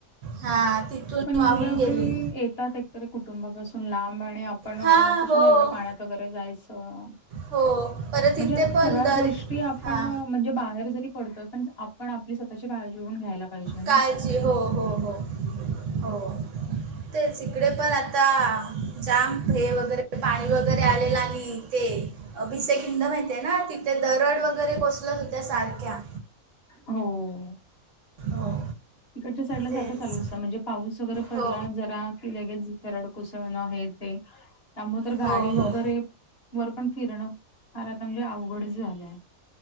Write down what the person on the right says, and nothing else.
हां तिथून
वाहून
गेली
हां
हो
हो परत
इथे पण
दर
हां
काळजी
हो हो हो हो. तेच इकडे पण आता जाम हे, वगैरे पाणी वगैरे आलेला नाही ते. भिसे खिंड माहिती ना, तिथे दरड वगैरे कोसलच होत्या सारख्या.
हो.
तेच
हो
हो हो